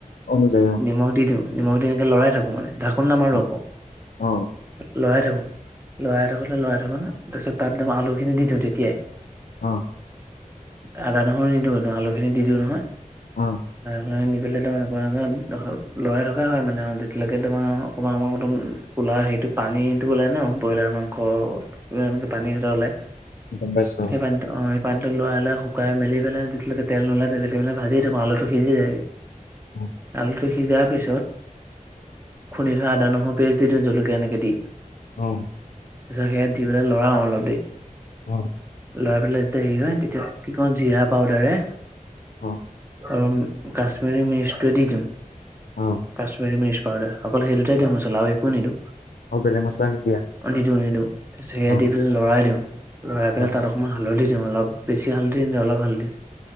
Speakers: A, on the left; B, on the right.
A: অনুযায়ী
B: নিমখ দি দিওঁ, নিমখ দি এনেকে লৰাই থাকো মানে ঢাক <unintelligible> নামাৰোকৌ
A: অ অ
B: লৰাই থাকো, লৰাই থাকো লৰা তাৰপিছত তাতম আলু খিনি দি দিওঁ তেতিয়াই
A: অ'।
B: আদা নহৰু নিদিওঁও, আলু খিনি দি দিওঁ নহয়।
A: অ'।
B: তাৰ লৰাই থকা হয় মানে আৰু তেতিয়কে তাৰ অকমান সেইটো পানীটো ওললে ন, ব্ৰইলাৰ মাংস পানী দুটা ওলাই
A: বাইছ নওঁ।
B: সেই পানীটো অ সেই পানীটো লই, লৈ শুকাই মেলিহিলাইতিয়ৈকে তেল, নললে তেতিয়ৈকে মান ভিয় থোঁ আলুটো সিজি যায়।
A: অ
B: আল টো সিজাৰ পিছত খুন্দি থোৱা আদা, নহৰু পেষ্ট দি দিওঁ জলকীয়া এনেকে দি।
A: অ'।
B: তাৰিছত সেয় দি পেলাই লৰা অ, অলপ দে
A: অ'।
B: লৰাই পেলাই যেতিয়া হেৰি হয়, তেতিয়া কি কম জিৰা পাউদাৰে।
A: অ'।
B: অ, কাশ্মীৰী মিচটোৱে দি দিম,
A: অ
B: কাশ্মীৰী মিৰ্চ পাউদাৰ। অকল সেই দুটাই দিওঁ
A: অ
B: মচলা আৰু একো নিদিও,
A: আৰু বেলেগ মছলা নিদিয়া
B: নিদিওঁ, নিদিওঁ। তাৰিছ স,
A: অ
B: দি, প, লৰাই দিওঁ, লৰাই পেলাই
A: অ অ
B: তাত অকণমান হালধি দি দি অলপ বেছি হালধি নি অলপ হালধি,